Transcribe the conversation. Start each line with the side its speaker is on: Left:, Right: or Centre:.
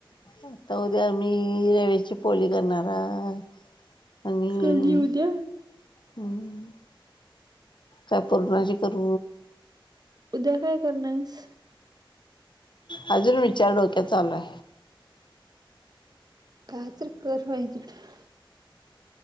Left: आता उद्या मी रेव्याची पोली करणाराय. अणि
Right: कधी उद्या
Left: हं. काय पुरणाची करू?
Right: उद्या काय करणायस?
Left: अजून विचार डोक्यात चालूय.
Right: काय तरी कर बाई तीकडं.